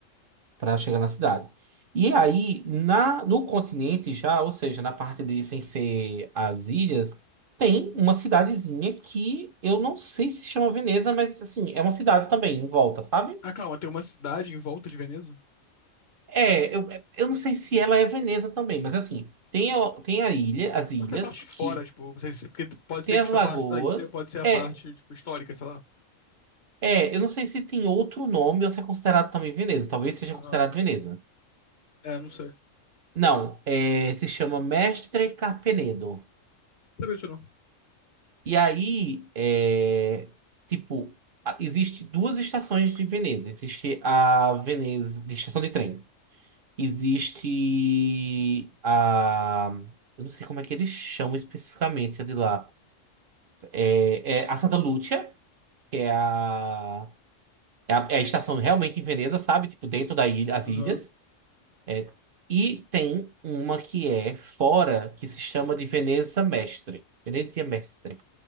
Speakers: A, on the right; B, on the left.
A: para chegar na cidade. E aí, na, no continente já, ou seja, na parte de sem ser as ilhas, tem uma cidadezinha que eu não sei se chama Veneza, mas assim, é uma cidade também em volta, sabe?
B: Ah, calma, tem uma cidade em volta de Veneza?
A: É, eu, eu não sei se ela é Veneza também, mas assim, tem, o- tem a ilha, as ilhas,
B: Pode ser a parte de
A: que
B: fora, tipo, não sei se- porque pode
A: tem
B: ser
A: as
B: tipo,
A: lagoas.
B: a parte da ilha, pode ser a
A: É,
B: parte, tipo, histórica, sei lá.
A: é, eu não sei se tem outro nome ou se é considerado também Veneza. Talvez seja
B: Aham.
A: considerado Veneza.
B: É, não sei. Não
A: Não, é, se chama Mestre Carpenedo.
B: sabia disso não.
A: E aí, é, tipo, a- existe duas estações de Veneza. Existe a Veneza, de estação de trem. Existe a... Eu não sei como é que eles chamam especificamente a de lá. É, é a Santa Lúcia, que é a, é a, é a estação realmente em Veneza, sabe? Tipo, dentro da ilha, as
B: Aham.
A: ilhas. É, e tem uma que é fora, que se chama de Veneza Mestre. Venezia Mestre.